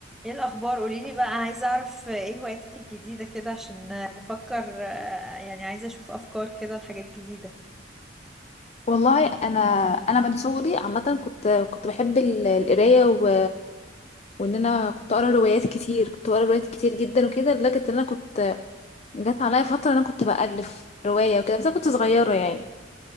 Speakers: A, in the centre; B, on the left.
A: ايه الاخبار قوليلي بقى عايزه اعرف ايه هواياتك الجديده كده عشان بفكر آه، يعني عايزه اشوف افكار كده لحاجات جديده
B: والله انا انا من صغري عامه كنت كنت بحب ال- القرايه و... وان انا كنت اقرا روايات كتير كنت بقرا روايات كتير جدا وكده لدرجه ان انا كنت جت عليا فتره انا كنت بالف روايه وكده بس انا كنت صغيره يعني